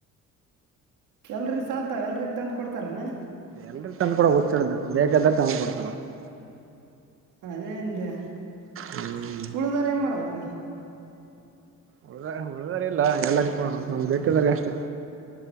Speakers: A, on the right; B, on the right.
A: ಎಲ್ರಿಗೆ ಸಲ್ತಾವ ಎಲ್ರಿಗೆ ತಂದು ಕೊಡ್ತಾರನಾ
B: ಎಲ್ರ ತಂದು ಕೂಡ ಹು್ಿಡ್ದ ಬೇಕಾದ್ರ ತ ಕೊಡ್ತಾನ <unintelligible>
A: ಅದೇ ಅಂದೇ
B: ಹ್ಮ್
A: ಉಳಿದಾರ ಎನ್ ಮಾಡಬೇಕ
B: ಉಳಿದ ಉಳಿದಾರ ಇಲ್ಲ ಎಲ್ಲ ಕೋಣ ನಮ್ ಬೇಟದಾಗ ಅಷ್ಟೆ